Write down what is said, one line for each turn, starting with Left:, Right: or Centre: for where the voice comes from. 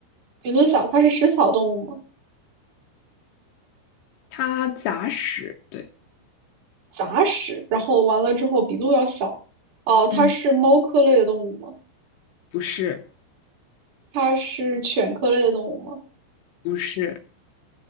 Right: 比鹿小，它是食草动物吗？
Left: 它杂食，对，
Right: 杂食，然后完了之后比鹿要小。哦，它是猫科类的动物吗？
Left: 嗯，不是，
Right: 它是犬科类的动物吗？
Left: 不是，